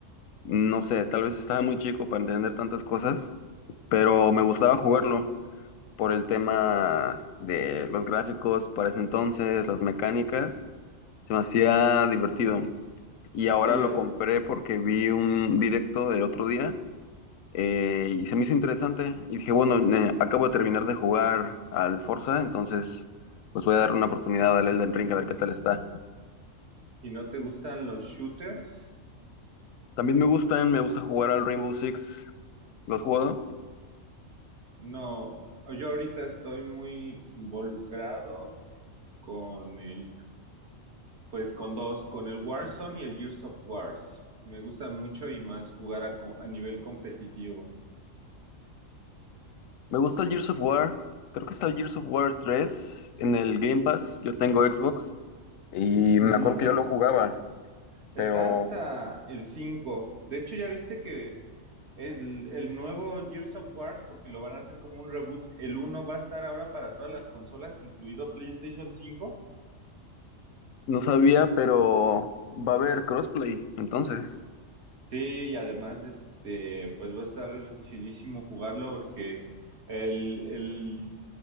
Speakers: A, on the left (about 80°); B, on the right (about 55°).
A: no sé, tal vez estaba muy chico para entender tantas cosas, pero me gustaba jugarlo por el tema de los gráficos para ese entonces, las mecánicas, se me hacía divertido y ahora
B: Sí,
A: lo
B: ad-
A: compré porque vi un directo del otro día eh, y se me hizo interesante y dije, bueno, ne- acabo de terminar de jugar al Forza, entonces pues voy a dar una oportunidad al Elden Ring a ver qué tal está.
B: ¿y no te gustan los shooters?
A: También me gustan, me gusta jugar al Rainbow Six, ¿lo has jugado?
B: No, yo ahorita estoy muy involucrado con el, pues con dos, con el Warzone y el Gears of Wars. Me gustan mucho y más jugar a, co- a nivel competitivo.
A: Me gusta el Gears of War, creo que está el Gears of War 3 en el Game Pass, yo tengo Xbox y
B: Ujú.
A: me acuerdo que yo lo jugaba,
B: Está
A: pero
B: hasta el cinco De hecho, ya viste que el, el nuevo Gears of Wars, porque lo van a hacer como un reboot, el uno va a estar ahora para todas las consolas, incluido PlayStation cinco
A: no sabía, pero va a haber crossplay, entonces.
B: Sí, y además, este, pues va a estar chidísimo jugarlo porque el, el,